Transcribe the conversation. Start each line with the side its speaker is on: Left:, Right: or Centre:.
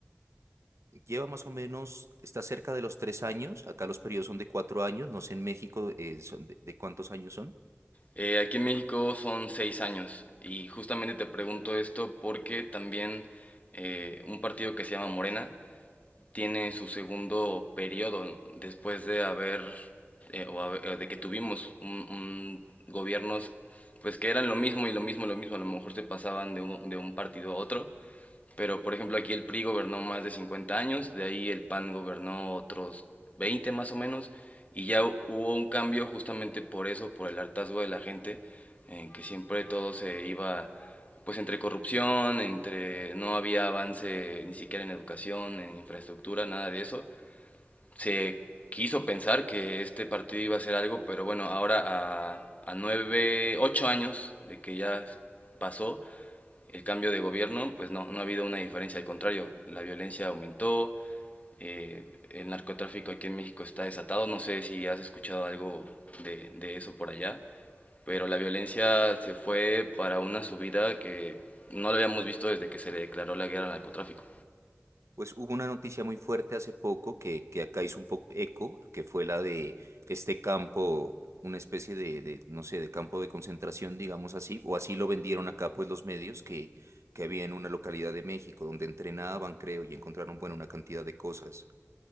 Right: Lleva más o menos, está cerca de los tres años, acá los periodos son de cuatro años, no sé en México eh, son de, de cuántos años son.
Left: Eh, aquí en México son seis años y justamente te pregunto esto porque también eh, un partido que se llama Morena tiene su segundo periodo después de haber, eh, o haber- de que tuvimos un, un gobiernos pues que eran lo mismo y lo mismo, lo mismo, a lo mejor se pasaban de un, de un partido a otro Pero, por ejemplo, aquí el PRI gobernó más de 50 años, de ahí el PAN gobernó otros 20 más o menos, y ya hubo un cambio justamente por eso, por el hartazgo de la gente, en que siempre todo se iba, pues, entre corrupción, entre no había avance ni siquiera en educación, en infraestructura, nada de eso. Se quiso pensar que este partido iba a hacer algo, pero bueno, ahora a, a nueve, ocho años de que ya pasó, el cambio de gobierno, pues no, no ha habido una diferencia, al contrario, la violencia aumentó, eh, el narcotráfico aquí en México está desatado, no sé si has escuchado algo de, de eso por allá, pero la violencia se fue para una subida que no lo habíamos visto desde que se le declaró la guerra al narcotráfico.
Right: Pues hubo una noticia muy fuerte hace poco que, que acá hizo un poco eco, que fue la de este campo, una especie de, de, no sé, de campo de concentración, digamos así, o así lo vendieron acá pues los medios, que, que había en una localidad de México donde entrenaban, creo, y encontraron, bueno, una cantidad de cosas.